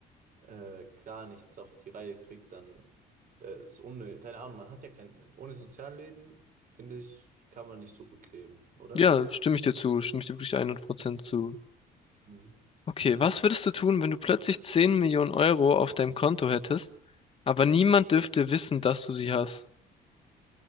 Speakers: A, on the right; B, on the left.
A: äh, gar nichts auf die Reihe kriegt, dann äh, ist unnötig. Keine Ahnung, man hat ja kein, ohne Sozialleben, finde ich, kann man nicht so gut leben, oder?
B: ja, stimme ich dir zu, stimme ich dir wirklich 100% zu.
A: Mhm.
B: Okay, was würdest du tun, wenn du plötzlich 10 Millionen Euro auf deinem Konto hättest, aber niemand dürfte wissen, dass du sie hast?